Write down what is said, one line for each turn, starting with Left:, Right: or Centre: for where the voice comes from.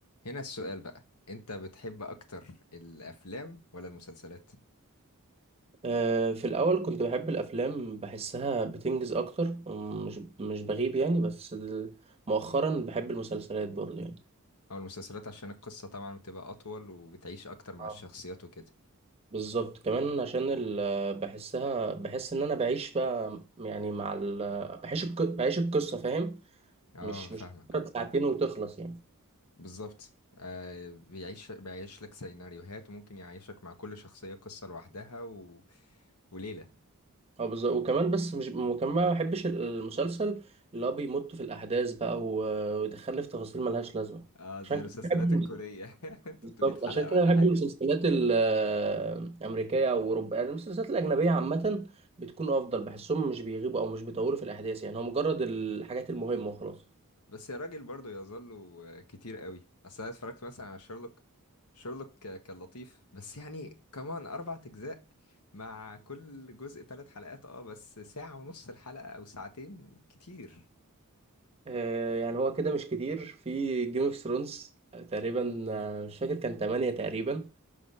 Left: هنا السؤال بقى انت بتحب اكتر الافلام ولا المسلسلات
Right: آه، في الأول كنت بحب الأفلام بحسها بتنجز أكتر مش مش بغيب يعني بس دل- مؤخرا بحب المسلسلات برضه يعني
Left: او المسلسلات عشان القصة طبعا بتبقى اطول وبتعيش اكتر مع
Right: اه
Left: الشخصيات وكده
Right: بالظبط كمان عشان ال- بحسها بحس إن أنا بعيش بقى يعني مع ال بعيش الق- بعيش القصة فاهم
Left: اه
Right: مش
Left: فاهمك
Right: مش مجرد ساعتين وتخلص يعني
Left: بالظبط آه بيعيش بيعيش لك سيناريوهات وممكن يعيشك مع كل شخصية قصة لوحدها و... وليلة
Right: اه بالظبط وكمان بس مش وكمان ما بحبش ال- المسلسل اللي هو بيمط في الأحداث بقى و- ويدخلني في تفاصيل ملهاش لازمة
Left: اه زي
Right: عشان
Left: المسلسلات
Right: كده
Left: الكورية <laughs> 300
Right: بالظبط
Left: حلقة
Right: عشان كده
Left: ولا
Right: بحب
Left: حاجة
Right: المسلسلات ال- الأمريكية أو أوروبية يعني المسلسلات الأجنبية عامة بتكون أفضل بحسهم مش بيغيبوا أو مش بيطولوا في الأحداث يعني هو مجرد الحاجات المهمة وخلاص
Left: بس يا راجل برضه يظل آه، كتير قوي اصل انا اتفرجت مثلا على شيرلوك شيرلوك ك- كان لطيف بس يعني كمان اربع اجزاء مع كل جزء ثلاث حلقات اه بس ساعة ونص الحلقة او ساعتين كتير
Right: آه، يعني هو كده مش كتير في جيم اوف ثرونز تقريبا آه، مش فاكر كان تمانية تقريبا